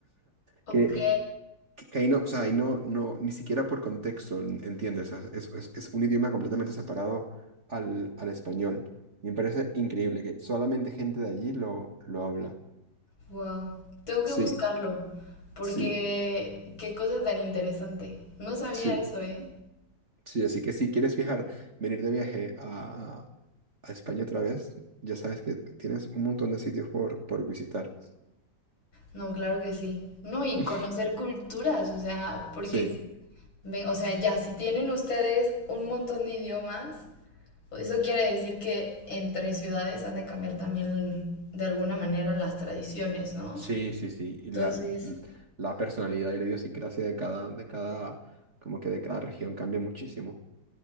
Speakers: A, on the left; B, on the right.
A: Ok,
B: que eh, que que ahí no, o sea, ahí no, no, ni siquiera por contexto, en- ¿entiendes? Es, es- es- es un idioma completamente separado al, al español. Y me parece increíble que solamente gente de allí lo, lo habla.
A: wow. Tengo que
B: Sí,
A: buscarlo porque
B: sí,
A: qué cosa tan interesante. No sabía
B: sí,
A: eso, ¿eh?
B: sí. Así que si quieres viajar, venir de viaje a, a España otra vez, ya sabes que tienes un montón de sitios por, por visitar.
A: No, claro que sí. No, y
B: <laughs>
A: conocer culturas, o sea, porque,
B: Sí,
A: ve- o sea, ya, si tienen ustedes un montón de idiomas, eso quiere decir que entre ciudades han de cambiar también de alguna manera las tradiciones, ¿no?
B: sí, sí, sí. Y
A: Entonces,
B: la, la personalidad y la idiosincrasia de cada, de cada, como que de cada región cambia muchísimo.